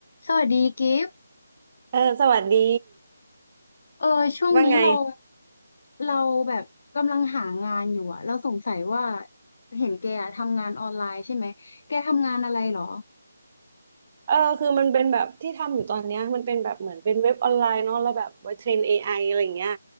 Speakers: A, on the left; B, on the right.
A: สวัสดีกิฟต์
B: เออสวัสดี
A: เออช่วงนี้เรา
B: ว่าไง
A: เราแบบกำลังหางานอยู่อะเราสงสัยว่าเห็นแกอะทำงานออนไลน์ใช่ไหมแกทำงานอะไรเหรอ
B: เออคือมันเป็นแบบที่ทำอยู่ตอนเนี้ยมันเป็นแบบเหมือนเป็นเว็บออนไลน์เนาะแล้วแบบไว้เทรน AI อไออะไรอย่างเงี้ย